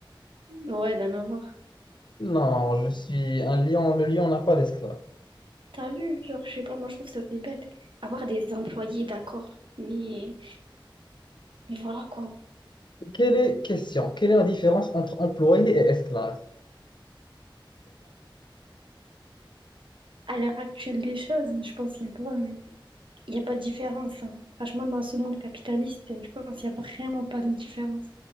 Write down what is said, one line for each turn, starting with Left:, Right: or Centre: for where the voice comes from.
Right: Ouais, d'en avoir.
Left: Non, je suis un lion. Le lion n'a pas d'esclave.
Right: T'as vu, genre, je sais pas, moi je trouve ça c'est bête. Avoir des employés, d'accord, mais, mais voilà quoi.
Left: Quelle est, question, quelle est la différence entre employé et esclave?
Right: À l'heure actuelle des choses, je pense qu'il n'y a pas, il y a pas de différence. hein. Franchement, dans ce monde capitaliste, je pense qu'il n'y a vraiment pas de différence.